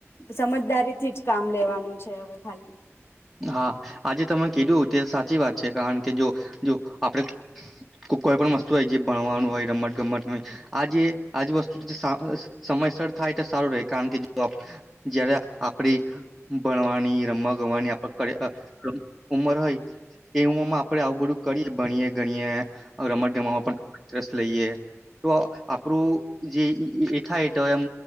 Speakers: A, on the left; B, in the centre.
A: સમજદારીથી જ કામ લેવાનું છે હવે ખાલી
B: હા આજે તમે કીધું તે સાચી વાત છે. કારણ કે, જો જો આપડે કોઈ પણ વસ્તુ હોય જે ભણવાનું હોય રમ્મટ ગમ્મટનુ હોય આજે આજ વસ્તુ તે સા સમયસર થાય તો સારું રેય. કારણ કે, જો જ્યારે આપડી ભણવાની રમવા ગમવાની <unintelligible> ઉંમર હોય એ ઉમરમાં આપડે આવું બધું કરીયે ભણીયે ગણીયે રમટ ગમટમાં પણ ઇન્ટરસ્ લઈએ તો આપરૂ જે એ ઠાય એ તો એમ